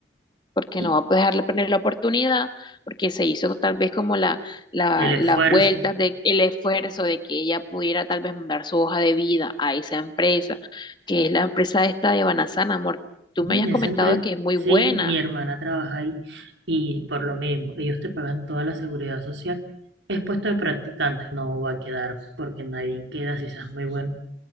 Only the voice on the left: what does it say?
porque
no va a dejarle perder la oportunidad, porque se hizo tal vez como la, la,
las vueltas de el esfuerzo de que ella pudiera tal vez mandar su hoja de vida a esa empresa, que es la empresa esta de Banasana, amor. Tú
me habías
comentado
que es muy
buena.